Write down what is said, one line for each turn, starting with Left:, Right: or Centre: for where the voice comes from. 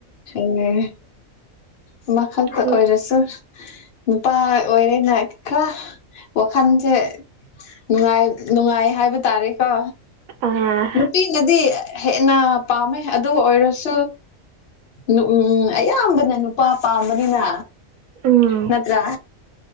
Left: ꯑꯦ ꯑꯃꯈꯥꯛꯇ
Right: ꯎꯝ
Left: ꯑꯣꯏꯔꯁꯨ ꯅꯨꯄꯥ ꯑꯣꯏꯔꯦ ꯅꯛ ꯈꯔ ꯋꯥꯈꯟꯁꯦ ꯅꯨꯡꯉꯥꯏ ꯅꯨꯡꯉꯥꯏ ꯍꯥꯏꯕ ꯇꯥꯔꯦꯀꯣ
Right: ꯑꯥ
Left: ꯅꯨꯄꯤꯅꯗꯤ ꯍꯦꯟꯅ ꯄꯥꯝꯃꯦ ꯑꯗꯨ ꯑꯣꯏꯔꯁꯨ꯫ ꯅꯨ ꯎꯝ ꯑꯌꯥꯝꯕꯅ ꯅꯨꯄꯥ ꯄꯥꯝꯕꯅꯤꯅ
Right: ꯎꯝ
Left: ꯅꯠꯇ꯭ꯔꯥ꯫